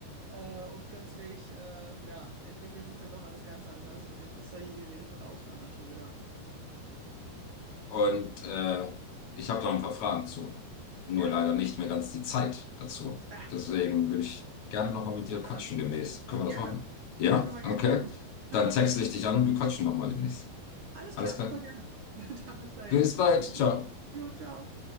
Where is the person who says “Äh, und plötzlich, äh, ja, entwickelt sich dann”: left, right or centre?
Right